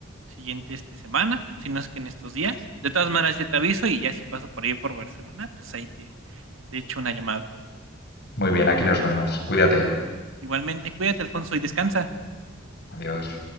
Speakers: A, on the right; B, on the left.
A: siguiente este, semana, si no es que en estos días. De todas maneras, yo te aviso y ya si paso por ahí por Barcelona, pues ahí te, te echo una llamada.
B: Muy bien, aquí nos vemos. Cuídate.
A: Igualmente, cuídate, Alfonso, y descansa.
B: Adiós.